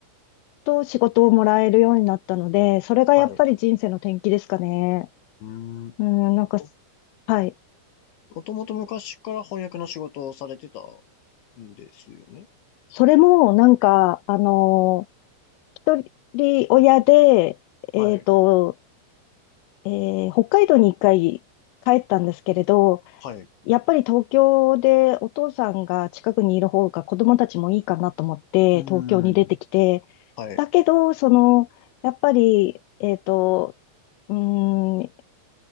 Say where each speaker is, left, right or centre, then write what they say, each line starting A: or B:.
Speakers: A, on the left; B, on the left.
A: と、仕事をもらえるようになったので、それがやっぱり人生の転機ですかね。
B: はい、うーん。
A: うん、なんか、
B: も
A: はい。
B: もともと昔から翻訳の仕事をされてたんですよね
A: それも、なんか、あの一人親で、えっと、
B: はい、
A: えー北海道に一回帰ったんですけれど、
B: はい、う
A: やっぱり東京でお父さんが近くにいる方が子供たちもいいかなと思って東京に出てきて、
B: ーん、はい、
A: だけど、その、やっぱり、えっと、うーん、